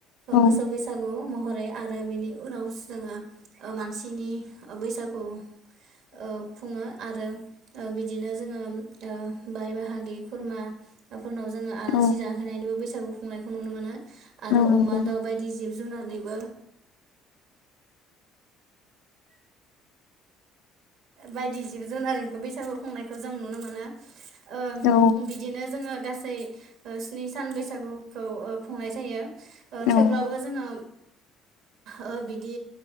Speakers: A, on the left; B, on the right.
A: औ
B: मोसौ बैसागु महरै आरो बिनि उनाव जोंङो ओ मानसिनि बैसागु औ खुंङो आरो ओ बिदिनो जोङो ओ बाय बाहागि खुरमा फोरनाव जोंङो आलासि
A: औ
B: जाहैनायनिबो बैसागु खुंनायखौ नुनो मोनो आरो
A: नंगौ
B: अमा दाउ बायदि जिब जुनारनि <inaudible> बायदि जिब जुनार बैसागु खुंनायखौ जों नुनो मोनो ओ
A: औ
B: बिदिनो जोंङो गासै स्नि सान बैसागुखौ खुंनाय जायो थेवब्लाबो
A: औ
B: जोङो ओ बिदि